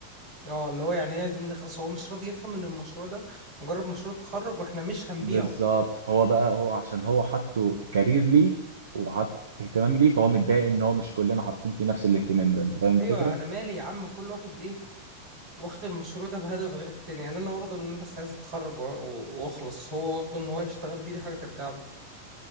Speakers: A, on the right; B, on the right.
A: اه اللي هو يعني ايه عايزين نخلص هو مش راضي يفهم ان المشروع ده مجرد مشروع تخرج واحنا مش هنبيعه
B: بالظبط هو بقى هو عشان هو حطه كارير ليه وحط اهتمام ليه فهو متضايق ان هو مش كلنا حاطين فيه نفس الاهتمام ده انت فاهم الفكره
A: ايوه انا مالي يا عم كل واحد ايه واخد المشروع ده بهدف غير التاني يعني انا واخده ان انا بس عايز اتخرج و- و- واخلص هو واخده ان هو يشتغل بيه دي حاجه ترجع له